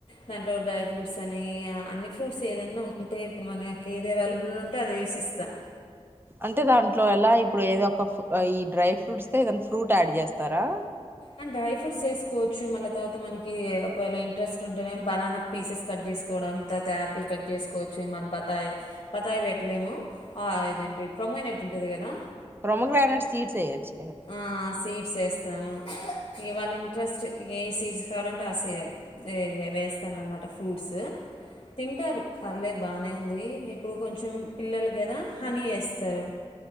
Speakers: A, on the left; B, on the right.
A: దాంట్లో డ్రై ఫ్రూట్స్ అని అన్ని ఫ్రూట్స్ ఏదన్నా ఉంటే, ఇప్పుడు మనకి ఏది అవైలబుల్ ఉన్ అది ఏశిస్తా
B: అంటే దాంట్లో ఎలా ఇప్పుడు ఏదో ఒక ఈ డ్రై ఫ్రూట్స్ తో ఏదైనా ఫ్రూట్ యాడ్ చేస్తారా.
A: అండ్ డ్రై ఫ్రూట్స్ వేసుకోవచ్చు. మళ్ళ తర్వాత మనకి ఒకవేళ ఇంట్రెస్ట్ ఉంటేనే బనానా పీసెస్ కట్ జేసుకోవడం. తర్వాత యాపిల్ కట్ జేసుకోవచ్చు. మళ్ళీ బత్తాయి బత్తాయి పెట్టలేము. ఆ ఇదేంటి ప్రొమోనేట్ ఉంటది కదా.
B: ప్రోమోగ్రనైట్ సీడ్స్ ఏయచ్చు.
A: ఆ సీట్ ట్స్ వేస్తాను. ఇగ వాళ్ళ ఇంట్రెస్ట్ ఏ సీడ్స్ కావాలంటే ఆ సి ఈ ఇగ వేస్తాను అన్నమాట. ఫ్రూట్స్ తింటారు పర్లేదు బానే ఉంది. ఇప్పుడు కొంచెం పిల్లలు గదా హనీ ఏస్తారు.